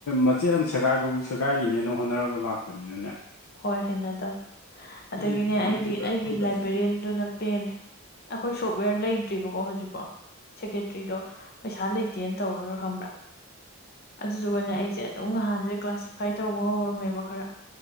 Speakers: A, on the left; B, on the left.
A: ꯃꯆꯦꯠ ꯑꯃ ꯁꯦꯒꯥꯏꯕꯕꯧ ꯁꯦꯒꯥꯏꯈꯤꯅꯦꯅ ꯍꯣꯠꯅꯔꯒ ꯂꯥꯛꯄꯅꯤꯅꯅꯦ
B: ꯍꯣꯏ ꯍꯏꯩꯅꯗꯕꯅꯤ
A: ꯑꯩꯈꯣꯏꯗꯤ
B: ꯑꯗꯨꯒꯤꯅꯦ
A: ꯑꯗꯨ ꯚꯦꯂꯨꯗꯨ
B: ꯑꯩꯒꯤ
A: ꯀꯩꯅꯣ
B: ꯑꯩꯒꯤ
A: ꯈꯪꯗꯕꯅꯤꯅ
B: ꯂꯥꯏꯕ꯭ꯔꯦꯔꯤꯌꯟꯗꯨꯅ ꯄꯦꯟꯂꯦ ꯑꯩꯈꯣꯏ ꯁꯣꯞꯋꯦꯔ ꯂꯩꯇ꯭ꯔꯤꯕꯀꯣ ꯍꯧꯖꯤꯛꯐꯣ ꯁꯦꯀ꯭ꯔꯦꯇ꯭ꯔꯤꯗꯣ ꯄꯩꯁꯥ ꯂꯩꯇꯦꯅ ꯇꯧꯔꯒ ꯈꯝꯕ꯭ꯔꯥ ꯑꯗꯨꯗꯨꯒꯅꯦ ꯑꯩꯁꯦ ꯑꯗꯨꯝ ꯅꯍꯥꯟꯁꯦ ꯀ꯭ꯂꯥꯁꯤꯐꯥꯏ ꯇꯧꯕ ꯍꯧꯔꯝꯃꯦꯕ ꯈꯔ